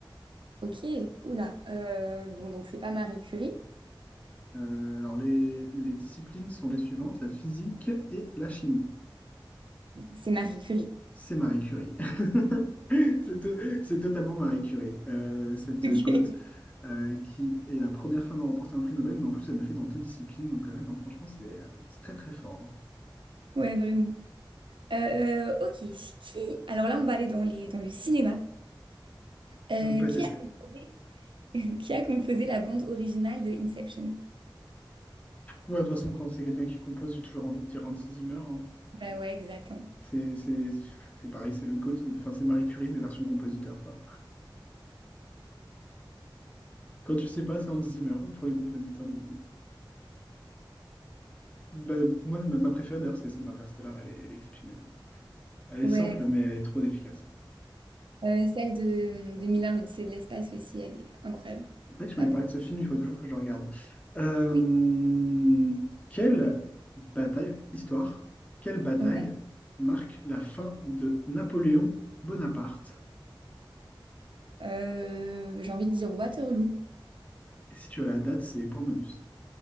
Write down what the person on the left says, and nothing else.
Euh, alors, les, les disciplines sont les suivantes, la physique et la chimie.
C'est Marie Curie. <laughs> C'est to- c'est totalement Marie Curie, euh, cette
goth
euh, qui est la première femme à remporter un prix Nobel, mais en plus, elle le fait dans deux disciplines. Donc, euh, non, franchement, c'est euh, c'est très, très fort.
hein. On peut
tester.
Ouais, de toute façon, quand c'est quelqu'un qui compose, j'ai toujours envie de dire Hans Zimmer. hein.
C'est c'est- c'est pareil, c'est le goat mais- enfin, c'est Marie Curie, mais version compositeur, quoi. Quand tu sais pas, c'est Hans Zimmer pour les compositeurs de musique. Bah, moi, ma ma préférée d'ailleurs, c'est celle d'Interstellar. Elle est, elle est exceptionnelle. Elle est
simple, mais elle est trop efficace.
C'est vrai que je
m'avais
parlé de ce film, il faut toujours que je le regarde. Euh,
Quelle bataille, histoire, quelle bataille
marque la fin de Napoléon Bonaparte?
Et si tu as la date, c'est point bonus.